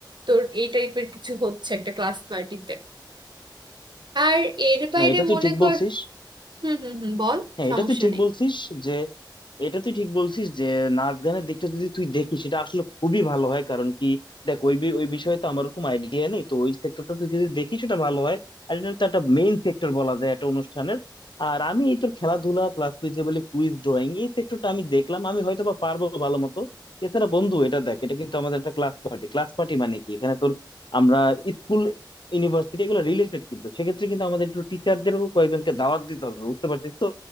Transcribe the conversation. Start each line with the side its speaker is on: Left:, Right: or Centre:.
Right: তোর এই টাইপের কিছু হচ্ছে একটা ক্লাস পার্টিতে আর এর বাইরে
Left: না এটা তুই
Right: মনে
Left: ঠিক
Right: কর
Left: বলছিস
Right: হুম হুম হুম বল
Left: হ্যাঁ
Right: সমস্যা
Left: এটা তুই ঠিক
Right: নেই
Left: বলছিস যে এটা তুই ঠিক বলছিস যে নাচ গানের দিকটা যদি তুই দেখিস সেটা আসলে খুবই ভালো হয় কারণ কি দেখ ওই বি- ওই বিষয়ে তো আমার ওরকম আইডিয়া নেই তো ওই সেক্টরটা তুই যদি দেখিস সেটা ভালো হয় আর এটা তো একটা মেইন সেক্টর বলা যায় একটা অনুষ্ঠানের আর আমি এই তোর খেলাধুলা প্লাস তুই যে বলে কুইজ ড্রয়িং এই সেক্টরটা আমি দেখলাম আমি হয়তো বা পারবো ভালো মতো এছাড়া বন্ধু এটা দেখ এটা কিন্তু আমাদের একটা ক্লাস পার্টি ক্লাস পার্টি মানে কি এখানে তোর আমরা স্কুল ইউনিভার্সিটি এগুলো রিলেটেড কিন্তু সেক্ষেত্রে কিন্তু আমাদের একটু টিচারদেরও কয়েকজনকে দাওয়াত দিতে হবে বুঝতে পারছিস তো